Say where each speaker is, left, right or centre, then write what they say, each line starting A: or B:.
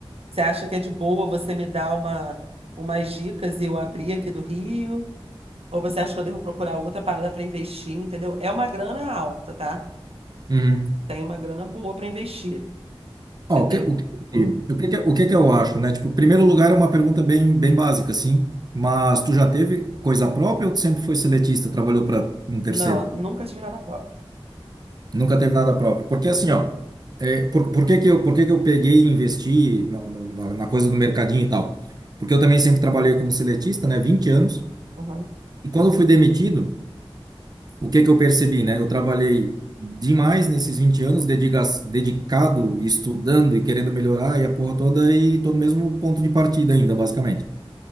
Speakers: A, on the right; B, on the right.
A: Você acha que é de boa você me dar uma, umas dicas e eu abrir aqui do Rio? Ou você acha que eu devo procurar outra parada pra investir, entendeu? É uma grana alta, tá?
B: Uhum.
A: Tem uma grana boa pra investir. Você
B: Ó, o
A: tem.
B: que, o que,
A: Hum.
B: o que, que- o que que eu acho, né? Tipo, primeiro lugar é uma pergunta bem, bem básica, assim. Mas tu já teve coisa própria ou tu sempre foi seletista, trabalhou para um terceiro?
A: Não, eu nunca tive nada próprio.
B: Nunca teve nada próprio. Porque assim, ó, é, por, por que que eu, por que que eu peguei e investi na, no- na, na coisa do mercadinho e tal? Porque eu também sempre trabalhei como seletista, né, 20 anos.
A: Uhum.
B: E quando eu fui demitido, o que que eu percebi, né? Eu trabalhei demais nesses 20 anos, dedica, dedicado, estudando e querendo melhorar e a porra toda, e tô no mesmo ponto de partida ainda, basicamente.